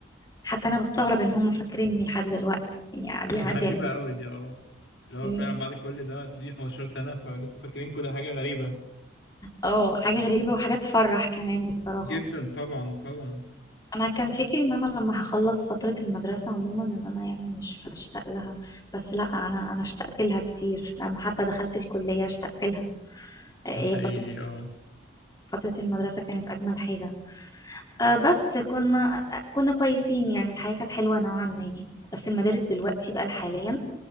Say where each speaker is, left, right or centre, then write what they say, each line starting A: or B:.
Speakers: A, on the left (about 20°); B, on the left (about 70°).
A: حتى أنا بستغرب إن هم فاكريني لحد دلوقتي يعني
B: <laughs>
A: بيعدي
B: غريبة
A: عليهم
B: قوي دي اه اللي هو
A: إيه؟
B: فعلا بعد كل ده انت في 15 سنة فلسه فاكرين كل حاجة غريبة
A: اه حاجة غريبة وحاجة تفرح كمان بصراحة
B: جدا طبعا طبعا
A: انا كان فكري ان انا لما هخلص فترة المدرسة عموما ان انا يعني مش هشتاق لها بس لا انا انا اشتقت لها كتير لما حتى دخلت الكلية اشتقت لها آه،
B: ده حقيقي
A: هي فترة
B: اه
A: فترة المدرسة كانت اجمل حاجة آه، بس كنا كنا كويسين يعني الحياة كانت حلوة نوعا ما بس المدارس دلوقتي بقى حاليا